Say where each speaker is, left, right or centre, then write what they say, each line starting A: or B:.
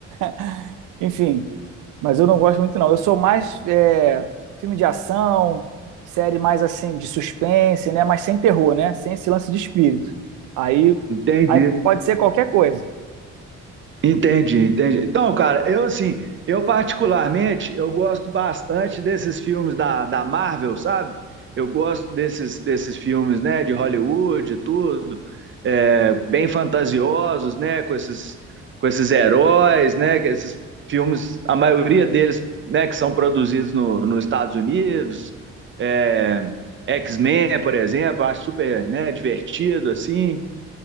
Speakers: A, on the right; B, on the right.
A: <laughs> Enfim, mas eu não gosto muito não. Eu sou mais eh, filme de ação, série mais assim de suspense, né? Mas sem terror, né? Sem esse lance de espírito. Aí,
B: Entendi.
A: aí pode ser qualquer coisa.
B: Entendi, entendi. Então, cara, eu assim, eu particularmente, eu gosto bastante desses filmes da, da Marvel, sabe? Eu gosto desses, desses filmes, né, de Hollywood, e tudo, é, bem fantasiosos, né, com esses, com esses heróis, né, que esses filmes, a maioria deles, né, que são produzidos no, nos Estados Unidos, é, X-Men, por exemplo, eu acho super, né, divertido, assim.